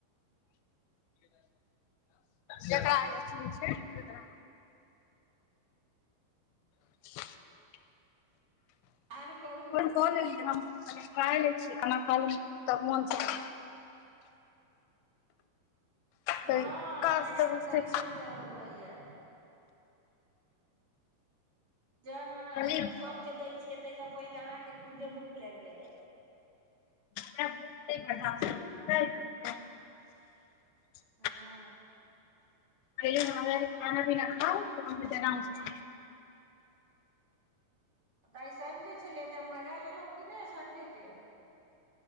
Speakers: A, on the left; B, on the right.
A: जकरा अथी होय छै तकरा <inaudible>
B: आर कहू
A: क लेलीयै हमहु खा लै छी खना खा लेले तब मोन चैन
B: हँ
A: तऽ
B: अहाँके
A: काज सब
B: तऽ दलिदर
A: से
B: चढल रहैया जेना
A: कहलियै
B: अहाँ सबके दै छियै ताहिस पहिले अहा के खुदे भूख लाईग जाईया
A: तै भुख नय बर्दाश्त होइया पता हैँ आहा के
B: हँ
A: अ हमे खाना पीना खाउ तहन हम आराम सँ
B: तऽ आइ संडे छलियै तऽ मजा लेलहुँ कि नय संडे के